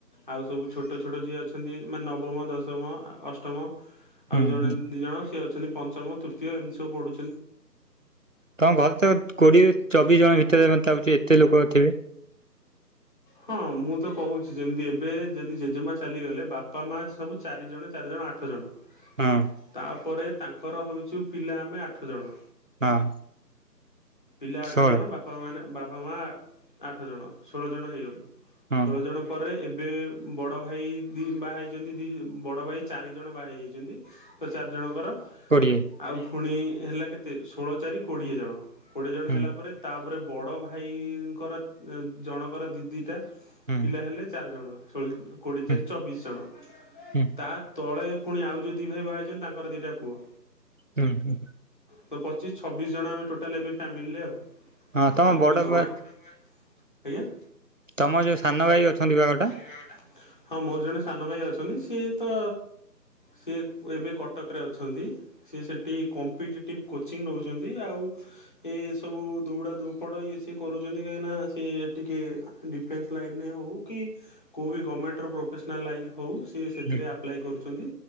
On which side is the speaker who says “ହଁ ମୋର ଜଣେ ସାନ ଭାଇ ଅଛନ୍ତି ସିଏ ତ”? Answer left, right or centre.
Left